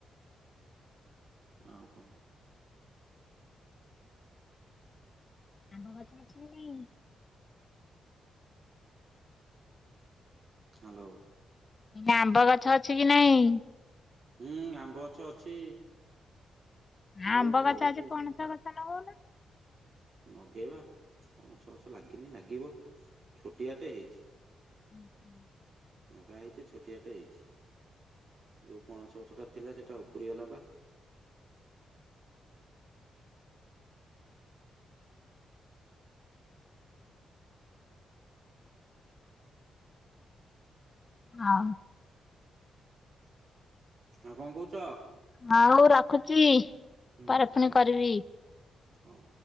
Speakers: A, on the right (about 45°); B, on the left (about 25°).
A: ଆଉ କଣ?
B: ଆମ ଗଛରେ ଛୁଇଁ ନାଇଁ।
A: ହାଲୋ।
B: ଲି ଆମ୍ବ ଗଛ ଅଛି କି ନାଇଁ?
A: ହୁଁ ଆମ୍ବ ଗଛ ଅଛି।
B: ହଁ ଆମ୍ବ
A: ବି ଫଳୁଛି।
B: ଗଛ ଅଛି। ପଣସ ଗଛ ଲଗଉ ନ?
A: ଲଗେଇବା ପଣସ ଗଛ ଲାଗିନି। ଲାଗିବ ଛୋଟିଆଟେ ହେଇଚି।
B: <inaudible>
A: ନଗା ହେଇଚି। ଛୋଟିଆଟେ ହେଇଚି। ଯେଉଁ ପଣସ ଗଛଟା ଥିଲା ସେଇଟା ଉପୁଡ଼ିଗଲା ବା।
B: ହଁ।
A: ଆଉ କଁ କହୁଚ?
B: ହଉ ରଖୁଛି
A: ହୁଁ
B: ପରେ ଫୁଣି କରିବି।
A: ହଉ